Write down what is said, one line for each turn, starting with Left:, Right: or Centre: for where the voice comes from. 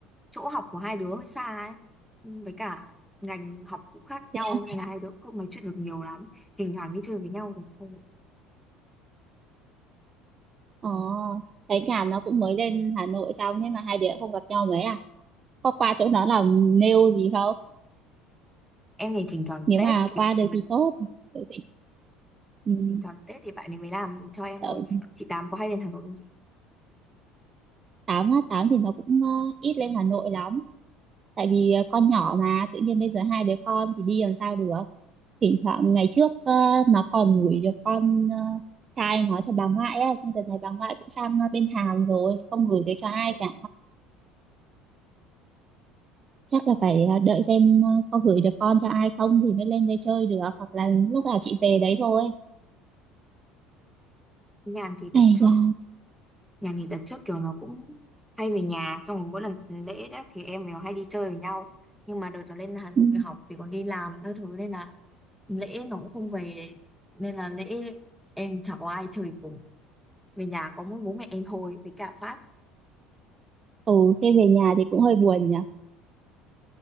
Centre: chỗ học của hai đứa hơi xa ấy Ừ, với cả ngành học cũng khác nhau
Right: thế à?
Centre: nên là hai đứa cũng không nói chuyện được nhiều lắm thỉnh thoảng đi chơi với nhau được thôi
Right: Ồ, thấy nhà nó cũng mới lên Hà Nội xong thế mà hai đứa không gặp nhau mấy à? Có qua chỗ nó làm nail gì không?
Centre: em thì thỉnh thoảng Tết
Right: Nếu mà
Centre: thì
Right: qua
Centre: bạn
Right: được
Centre: ấy-
Right: thì tốt. Tại vì um,
Centre: thỉnh thoảng Tết thì bạn ấy mới làm cho em thôi
Right: ở
Centre: chị Tám có hay lên Hà Nội không chị
Right: á, 8 thì nó cũng ờ, ít lên Hà Nội lắm. Tại vì ờ, con nhỏ mà tự nhiên bây giờ hai đứa con thì đi làm sao được. Thỉnh thoảng ngày trước ờ, nó còn gửi được con ờ, trai nó cho bà ngoại á, nhưng đợt này bà ngoại cũng sang ờ, bên Hàn rồi, không gửi được cho ai cả. chắc là phải à, đợi xem à, có gửi được con cho ai không thì mới lên đây chơi được hoặc là lúc nào chị về đấy thôi
Centre: Nhàn thì đợt
Right: hay
Centre: trước
Right: là
Centre: Nhàn thì đợt trước kiểu nó cũng hay về nhà xong rồi mỗi lần lễ đó thì em nó hay đi chơi với nhau nhưng mà đợt nó lên Hà Nội
Right: ừ
Centre: học thì còn đi làm các thứ nên là lễ nó cũng không về nên là lễ em chả có ai chơi cùng Về nhà có mỗi bố mẹ em thôi với cả Phát.
Right: Ừ, thế về nhà thì cũng hơi buồn nhỉ